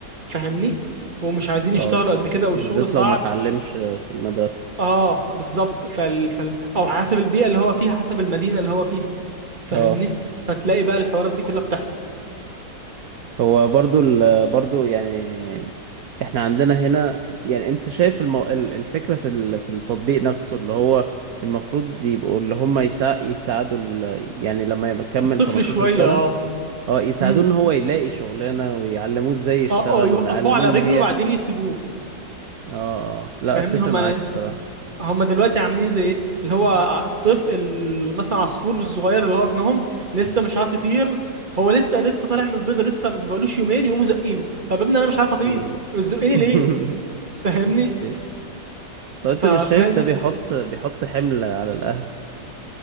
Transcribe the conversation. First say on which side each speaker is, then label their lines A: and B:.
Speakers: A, on the right (about 25°); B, on the right (about 60°).
A: فاهمني ومش عايزين
B: اه
A: يشتغلوا قد كده والشغل
B: بالذات
A: صعب
B: لو ما اتعلمش آه، في المدرسه
A: اه بالظبط فال... فال... او حسب البيئة اللي هو فيها حسب المدينة اللي هو فيها فاهمني
B: اه
A: فتلاقي بقى الحوارات دي كلها بتحصل
B: هو برضو ال برضو يعني احنا عندنا هنا يعني انت شايف المو... ال- الفكرة في ال... في التطبيق نفسه اللي هو المفروض يبقوا اللي هم يسا... يساعدوا ال... يعني لما يبقى كمل
A: الطفل
B: 18
A: شوية
B: سنة
A: اه
B: اه يساعدوه
A: امم
B: ان هو يلاقي شغلانة ويعلموه ازاي يشتغل
A: اه اه يوقفوه
B: ويعلموه
A: على
B: ان
A: رجله
B: هي
A: بعدين يسيبوه
B: اه آه. لا
A: فاهمني
B: اتفق
A: هم
B: معاك الصراحة
A: هم دلوقتي عاملين زي ايه اللي هو الطفل ال- مثلا عصفور الصغير اللي هو ابنهم لسه مش عارف يطير هو لسه لسه طالع من البيضه لسه ما بقالوش يومين يقوموا زقينه طب يا ابني انا مش عارف اطير
B: مم.
A: بتزقيني
B: <laughs>
A: ليه فاهمني
B: ايوه طب
A: ف-
B: انت مش
A: فهي
B: شايف
A: دي
B: ده
A: الفكره
B: بيحط بيحط حمل على الاهل